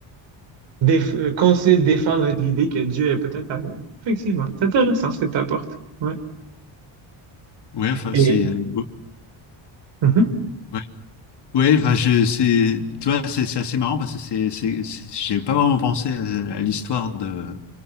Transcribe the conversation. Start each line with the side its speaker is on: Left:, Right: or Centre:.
Right: déf- euh, continuer de défendre l'idée que Dieu est peut-être amour. Effectivement, c'est intéressant ce que tu apportes. Ouais.
Left: Ouais, enfin,
Right: Et...
Left: c'est. euh,
Right: Mhm,
Left: ouais, ouais, enfin, je, c'est, tu vois, c'est c'est assez marrant parce que c'est, c'est, c'est- j'ai pas vraiment pensé à, à l'histoire de,